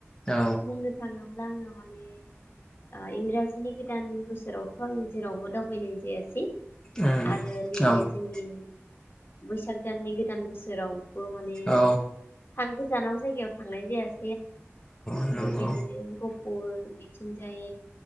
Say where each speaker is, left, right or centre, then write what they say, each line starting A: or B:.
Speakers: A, on the left; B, on the left.
A: औ
B: बुंनो थाङोब्ला आङो माने ओ इंराजिनि गोदान बोसोरावथ' आं जेरावबो दावबायनाय जायासै।
A: उम
B: आरो नैबे
A: औ
B: जोंनि बैसाग दाननि गोदान बोसोराव बो माने
A: औ
B: <unintelligible> जानाव जायगायाव थांनाय जायास
A: औ। नंगौ
B: बेबायदिनो गहफुर थिंजाय